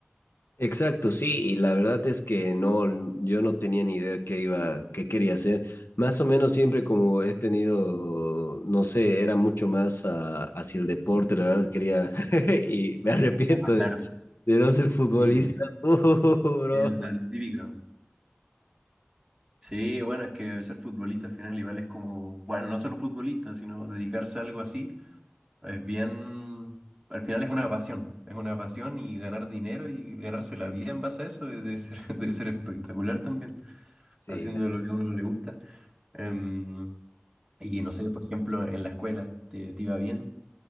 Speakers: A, on the left; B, on the right.
A: Exacto, sí, y la verdad es que no, yo no tenía ni idea qué iba, qué quería hacer. Más o menos siempre como he tenido, no sé, era mucho más ah, hacia el deporte, la verdad quería, <laughs> y me arrepiento
B: Ah, claro.
A: de, de no ser futbolista.
B: Y el,
A: <laughs> Uh, bro.
B: el típico. Sí, bueno, es que ser futbolista al final igual es como, bueno, no solo futbolista, sino dedicarse a algo así Es bien, al final es una pasión, es una pasión y ganar dinero y ganarse la vida en base a eso debe ser, <laughs> debe ser espectacular también,
A: Sí,
B: haciendo
A: la verdad.
B: lo que a uno le gusta. Em, y no sé, por ejemplo, en la escuela, ¿te, te iba bien?